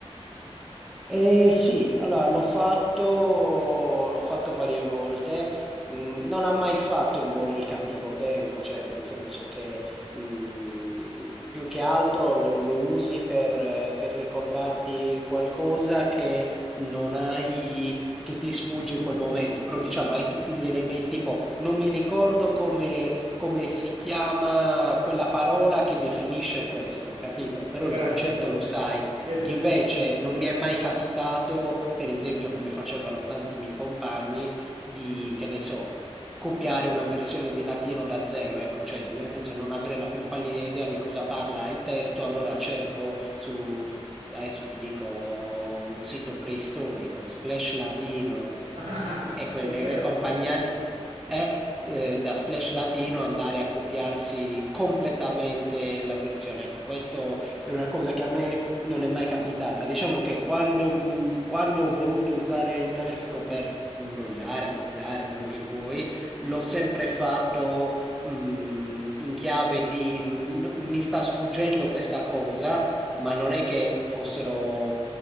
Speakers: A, in the centre; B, on the right (about 75°).
A: Eh, sì, allora l'ho fatto, l'ho fatto varie volte, Mm, non ha mai fatto il buono e il cattivo tempo, cioè nel senso che mm, più che altro lo, lo usi per, eh, per ricordarti qualcosa che non hai, che ti sfugge in quel momento, però diciamo hai tutti gli elementi, tipo non mi ricordo come, come si chiama quella parola che definisce questo, capito? Però
B: Certo,
A: il concetto
B: certo.
A: lo sai.
B: Sì, sì,
A: Invece
B: sì, sì.
A: non mi è mai capitato, per esempio, come facevano tanti miei compagni, di, che ne so, copiare una versione di latino da zero, ecco, cioè nel senso non avere la più pallida idea di cosa parla il testo, allora cerco su, adesso ti dico, un sito preistorico, Splash Latino
B: <laughs>
A: e quelle
B: E certo,
A: compagnie lì, eh, eh, da Splash Latino andare a copiarsi completamente la versione. Ecco, questo è una cosa che a me non è mai capitata. Diciamo che quando, mh, quando ho voluto usare il telefono per imbrogliare, copiare, quello che vuoi, l'ho sempre fatto mh, in chiave di mh, mi sta sfuggendo questa cosa, ma non è che fossero